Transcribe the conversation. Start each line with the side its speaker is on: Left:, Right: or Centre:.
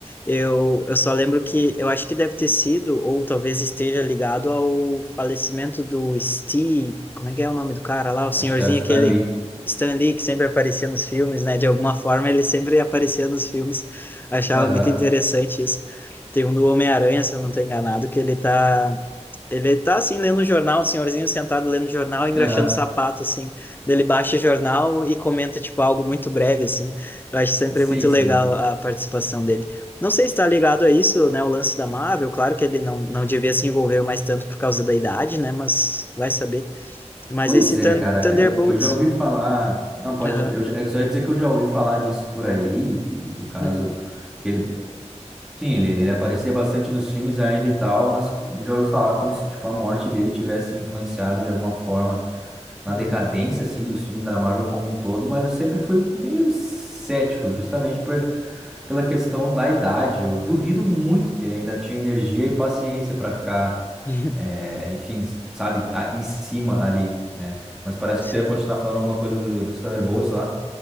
Left: Eu, eu só lembro que eu acho que deve ter sido, ou talvez esteja ligado ao falecimento do Steve, como é que é o nome do cara lá? O senhorzinho
Centre: Acho que é o Stan
Left: aquele
Centre: Lee.
Left: Stan Lee que sempre aparecia nos filmes, né? De alguma forma ele sempre aparecia nos filmes. Achava
Centre: Aham.
Left: muito interessante isso. Tem um do Homem-Aranha, se eu não estou enganado, que ele tá. Ele tá assim lendo o jornal, um senhorzinho sentado lendo o jornal, engraxando
Centre: Aham.
Left: o sapato, assim. Daí Ele baixa o jornal e comenta, tipo, algo muito breve, assim. Eu acho sempre
Centre: Sim,
Left: muito
Centre: sim.
Left: legal a participação dele. Não sei se está ligado a isso, né? O lance da Marvel. Claro que ele não, não devia se envolver mais tanto por causa da idade, né? Mas vai saber. Mas
Centre: Pois
Left: esse
Centre: é,
Left: Thun-
Centre: cara,
Left: Thunderbolts.
Centre: eu, eu já ouvi falar. Não, pode.
Left: Aham.
Centre: Eu, já- eu só ia dizer que eu já ouvi falar disso por aí, que no caso,
Left: Uhum.
Centre: ele. Sim, ele, ele aparecia bastante nos filmes ainda e tal, mas já ouvi falar como se, tipo, a morte dele tivesse influenciado de alguma forma na
Left: Uhum.
Centre: decadência, assim, dos filmes da Marvel como um todo, mas eu sempre fui meio cético, justamente por, pela questão da idade. Eu duvido muito que ele ainda tinha energia e paciência para ficar,
Left: <laughs>
Centre: eh, enfim, s- sabe, tá em cima ali, né? Mas parece
Left: Sim.
Centre: que tu ia continuar falando alguma coisa do, dos Thunderbolts lá.